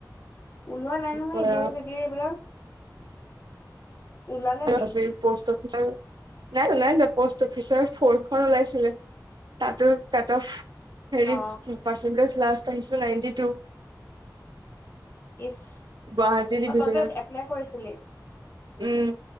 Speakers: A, on the left; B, on the right.
A: ওলোৱা নাই নহয়
B: পঢ়া কৰা
A: এদিয়াৰি-চেদিয়াৰি এইবিলাক ওলালে
B: <unintelligible>
A: নি
B: নাই ওলোৱা নাই ওলোৱা প'ষ্ট অফিচৰ ফৰখন ওলাইছিলে তাতেও কাতঅফ হেৰি
A: অ
B: পাৰ্চেন্টেজ লাষ্ট আহিছো নাইনটি টু
A: ইচ!
B: গুৱাহাটী ডিভিজনত
A: অ তই যে এপ্লাই কৰিছিলি
B: উম